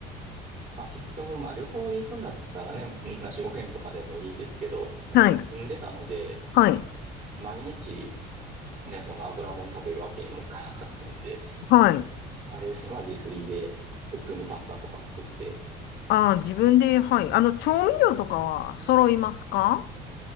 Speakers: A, on the right (about 45°); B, on the left (about 65°).
A: まあ、結局、まあ、旅行で行くんだったらね、なしご編とかでもいいんですけど、やっぱり住んでたので、
B: はい。はい。
A: 毎日、ね、その油もん食べるわけにもいかなかったので、
B: はい。
A: あれですね、まあ自炊で普通にパスタとか作って、
B: ああ、自分で、はい。あの、調味料とかは揃いますか